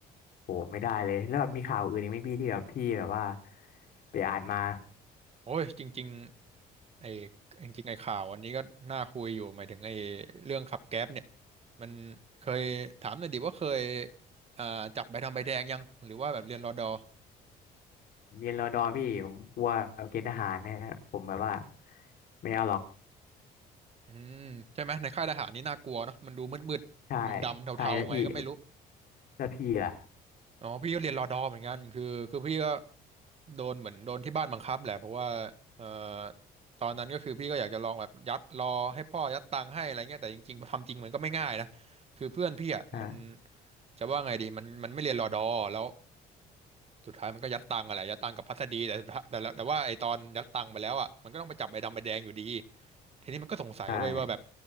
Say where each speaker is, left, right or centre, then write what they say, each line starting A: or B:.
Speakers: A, on the left; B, on the right.
A: โหไม่ได้เลยแล้วแบบมีข่าวอื่นอีกไหมพี่ที่แบบพี่แบบว่าไปอ่านมา
B: โอ้ยจริงๆไอ้จริงๆไอ้ข่าวอันนี้ก็น่าคุยอยู่หมายถึงไอ้เรื่องขับแก๊ปเนี่ยมันเคยถามหน่อยดิว่าเคยอ่าจับใบดำใบแดงยังหรือว่าแบบเรียนรอดอ
A: เรียนรอดอพี่ผมกลัวเกณฑ์ทหารนะฮะผมแบบว่าไม่เอาหรอก
B: อืมใช่ไหมในค่ายทหารนี่น่ากลัวเนาะมันดูมืดๆดำๆเทาๆไงก็ไม่รู้
A: ใช่ใช่แล้วพี่แล้วพี่ล่ะ
B: อ๋อพี่ก็เรียนรอดอเหมือนกันคือคือพี่ก็โดนเหมือนโดนที่บ้านบังคับแหละเพราะว่าเอ่อตอนนั้นก็คือพี่ก็อยากจะลองแบบยัดรอให้พ่อยัดตังค์ให้อะไรเงี้ยแต่จริงๆพอทำจริงมันก็ไม่ง่ายนะคือเพื่อนพี่อ่ะมัน
A: อ่า
B: จะว่าไงดีมันมันไม่เรียนรอดอแล้วสุดท้ายมันก็ยัดตังค์อะไรยัดตังค์กับพัสดีแต่สุดท้ายแต่ละแต่ว่าไอตอนยัดตังค์ไปแล้วอ่ะมันก็ต้องไปจับใบดำใบแดงอยู่ดี ทีนี้มันก็สงสัยเว้ยว่าแบบ
A: ใช่